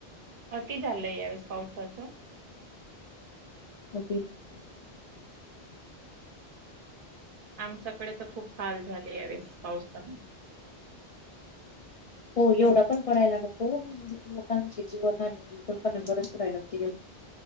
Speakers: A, on the right (about 60°); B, on the left (about 50°).
A: अति झालंय यावेळेस पावसाचं.
B: अति झालंय.
A: आमच्याकडे तर खूप हाल झाले या वेळेस पावसामुळे.
B: हो एवढा पण पडायला नको. लोकांची <unintelligible> लागतील.